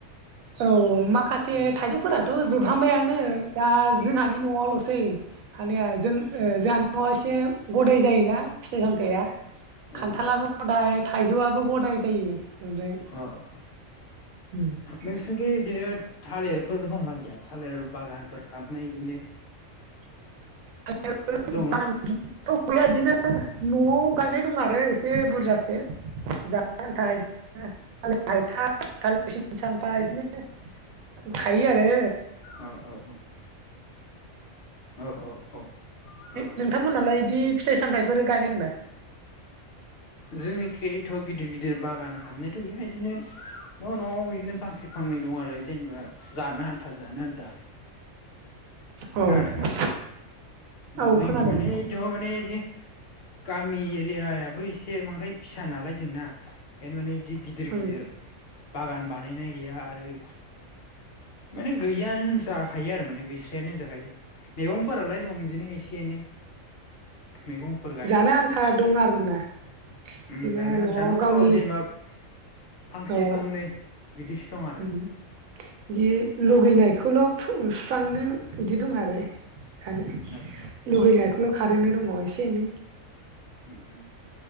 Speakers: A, on the right (about 85°); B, on the left (about 55°).
A: औ माखासे
B: ओ
A: थायजौफोराथ' जोबहांबायानो दा जोंहानि न'आवल'सो सै थानाया जों ओ जोंहानि न'आव एसे गदाय जायोना फिथाइ सामथाइया खान्थालाबो
B: ओं अ
A: गदाय था थाइजौआबो गदाय जायो ओमफ्राय
B: अ-अ <unintelligible>
A: गैया
B: नोसिनिखै दे दोद थालेरफोर दंना गैया थालेर बागानफोर खालामनाय इदिनो
A: <unintelligible> गैया
B: दंना
A: बिदिनो न'आव गायनाय दं आरो एसे बुरजासे जानो आन्था आरोना थालिर हायथा थालिर सिम सामफा बिदिनो थायो आरो
B: अ अ औ औ औ औ औ
A: नोंथांमोनहालाय बिदि फिथाइ सामथाइफोर <unintelligible>
B: जोंनिखि एथ' गिदिर गिदिर बागान खालामनायथ' गैया इदिनो न' न'आव इदिनो फांसे फांनै दं आरो जेनेबा जानो आन्था जानो आन्था
A: होनदों
B: खोनादोंना
A: औ
B: जोंनिखि
A: खोनादों
B: माने <unintelligible> माने इदि गामि एरियाबो इसे एसे बांद्राय फिसा नालाय जोंना बेखायनो माने बिदि गिदिर
A: ओं
B: गिदिर बागान बानायनाय गैया आरो माने गैयैयानो होनजाखायो आरो माने गैस्रायानो होनजाखायो मैगंफोरालाय दं बिदिनो एसे एनै मैगंफोर
A: जानो आन्था दं आरोना
B: ओम
A: बिदिनो
B: जानो
A: न'आव
B: आन्था न'फोराव
A: गावनि
B: जेनेबा फांसे
A: औ
B: फांनै बिदिसो दं आरो
A: बि
B: ओ
A: लुगैनायखौल' फो बिदि दं आरो जानो
B: ओं ओं
A: लुगैनायखौल' खारैनो दङ एसे <unintelligible>
B: ओम ओम